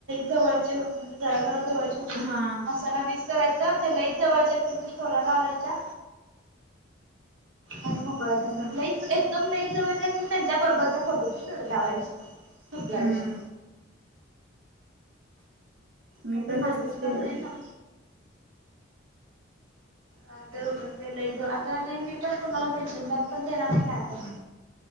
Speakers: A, on the right (about 80°); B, on the right (about 55°).
A: जवळचे म्हणजे जरार
B: हा
A: असताना वीज कराय च चे लईत जवळच्या त्यांच्या स्टोर्‍या लावायच्या आणि मग बायकांची
B: असं
A: लईच एक दम लईच जवळच्या क त्यांच्या बरोबरच्या फोटोची स्टोरी लावायची सपला
B: हम्म
A: विषय.
B: मी
A: म तर
B: पण
A: मॅसेज
B: तसच केलं
A: करणे
B: मी
A: सम नाय तर उगाच ते लई ज आता नई मी पण कोणाला मेन्शन बॅग पण देणार नाही काय पण